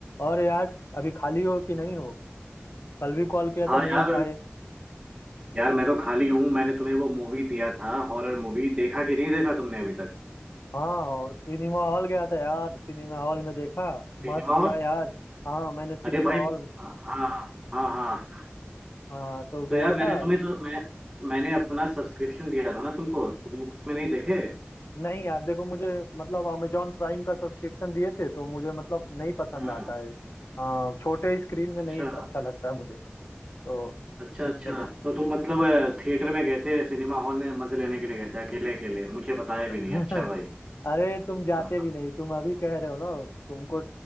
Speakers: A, on the left; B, on the right.
A: और यार अभी खाली हो कि नहीं हो कल भी कॉल किया
B: हाँ
A: था नहीं
B: यार
A: उठाए
B: यार मैं तो खाली हूँ मैंने तुम्हें वो मूवी दिया था हॉरर मूवी देखा कि नहीं देखा तुमने अभी तक
A: हाँ और सिनेमा हॉल गया था यार सिनेमा हॉल में देखा
B: Cinema
A: मस्त
B: hall
A: था यार हाँ मैंने सिनेमा
B: अरे भाई
A: हॉल
B: हाँ हाँ हाँ
A: हाँ तो
B: तो
A: गया
B: यार मैंने
A: था
B: तुम्हें तो मैं मैंने अपना सब्सक्रिप्शन दिया था ना तुमको तुम उसमें नहीं देखे
A: नहीं यार देखो मुझे मतलब अमेजोन प्राइम का सब्सक्रिप्शन दिए थे तो मुझे मतलब नहीं पसंद
B: हाँ
A: आता है हाँ छोटे स्क्रीन में नहीं
B: अच्छा
A: अच्छा लगता है मुझे तो
B: अच्छा
A: इस
B: अच्छा
A: वजह से
B: तो तुम मतलब अ, थिएटर में गए थे सिनेमा हॉल में मजे लेने के लिए गए थे अकेले अकेले मुझे बताया
A: <laughs>
B: भी नहीं अच्छा भाई
A: अरे तुम जाते
B: हाँ।
A: भी नहीं तुम अभी कह रहे हो ना तुमको